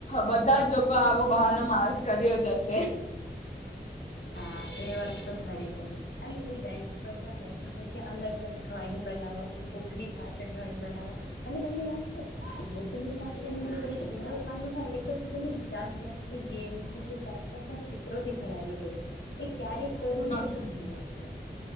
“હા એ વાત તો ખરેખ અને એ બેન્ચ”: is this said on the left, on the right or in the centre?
Left